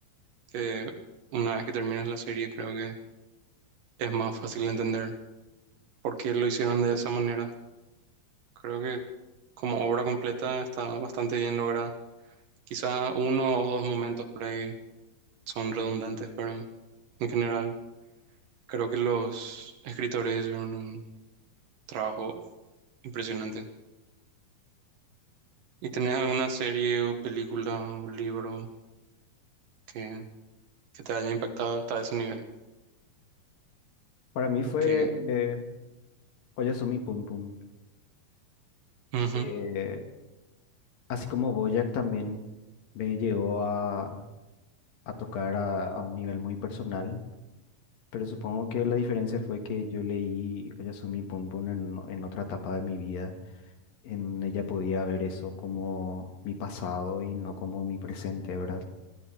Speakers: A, on the right; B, on the left.
A: que una vez que terminas la serie creo que es más fácil entender por qué lo hicieron de esa manera Creo que como obra completa está bastante bien lograda. Quizá uno o dos momentos por ahí son redundantes, pero en general creo que los escritores hicieron un trabajo impresionante. ¿Y tenés alguna serie o película o libro que, que te haya impactado hasta ese nivel?
B: Para mí fue
A: Que,
B: eh, Oyasumi Pum Pum.
A: ujú,
B: Eh, así como BoJack también me llegó a, a tocar a, a un nivel muy personal, pero supongo que la diferencia fue que yo leí Oyasumi Pon Pon en, en otra etapa de mi vida. En ella podía ver eso como mi pasado y no como mi presente, ¿verdad?